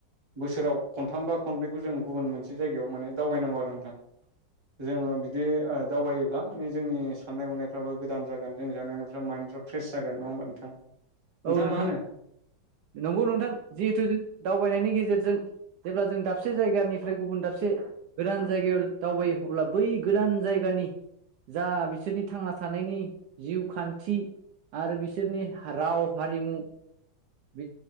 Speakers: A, on the right; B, on the right.
A: बोसोराव खनथाम बा खनब्रैखौ जों गुबुन मोनसे जायगायाव माने दावबायनांगौ आरो नोंथां । जोङो बिदि ओ दावबायोब्ला माने जोंनि साननाय हनायफ्राबो गोदान जागोन जों जानायनिफ्राय माइन्दडफ्रा फ्रेस जाग नङा होमबा नोंथां? नोंथाङा
B: औ नोंथां
A: मा होनो
B: नंगौ नोंथां जिहेथु जों दाउ बायनायनि गेजेरजों जेब्ला जों दाबसे जायगानिफ्राय गुबुन दाबसे गोदान जायगायाव दावबायो अब्ला बै गोदान जायगानि जा बिसोरनि थांना थानायनि जिउ खान्थि आरो बिसोरनि राव हारिमु बि